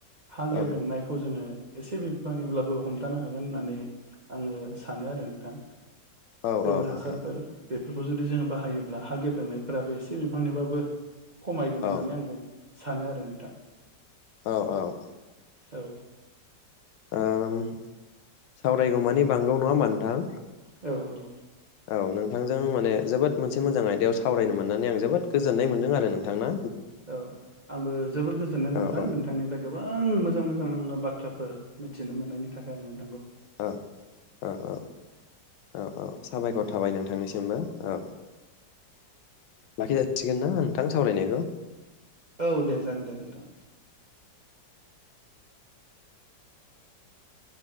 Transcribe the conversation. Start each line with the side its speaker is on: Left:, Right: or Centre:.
Right: हा गेब्रेंनायखौ
Left: औ
Right: जोङो। एसे बिबाङैब्लाबो हम थानो हागोन होननानै। आङो सानो आरो नोंथां,
Left: औ
Right: गोबोर
Left: औ
Right: हासारफोर।
Left: नोंथां
Right: बेफोरखौ जुदि जोङो बाहायोब्ला हा गेब्लेनायफोराबो एसे बिबांनिबाबो। खमायगोन
Left: औ
Right: होननानै आङो। सानो आरो नोंथां।
Left: औ औ औ।
Right: औ।
Left: ओम। सावरायगौमानि औ नङा होनबा नोंथां?
Right: औ औ।
Left: औ नोंथांजों माने जोबोद मोनसे मोजां आयदायाव सावरायनो मोननानै आं जोबोद गोजोननाय मोनदों आरो नोंथांना।
Right: औ आंबो जोबोद गोजोननाय मोनबाय
Left: औ औ
Right: नोंथांनिफ्राय गोबां मोजां मोजां आङो। बाथ्राफोर मिथिनो मोननायनि थाखाय आङो।
Left: औ औ औ औ औ साबायखर थाबाय नोंथांनिसिमबो औ लाखिजासि सिगोन ना नोंथां? सावरायनायखौ
Right: औ दे जागोन दे नोंथां।